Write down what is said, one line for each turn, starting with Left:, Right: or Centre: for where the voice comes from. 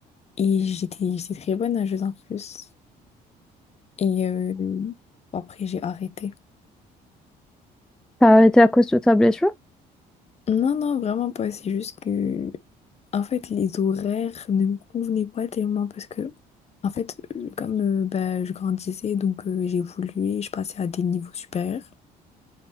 Left: Et j'étais, j'étais très bonne nageuse en plus. Et euh, bon, après, j'ai arrêté.
Centre: T'as arrêté à cause de ta blessure?
Left: Non, non, vraiment pas. C'est juste que, en fait, les horaires ne me convenaient pas tellement parce que, en fait, euh, comme euh, bah, je grandissais, donc euh, j'évoluais, je passais à des niveaux supérieurs.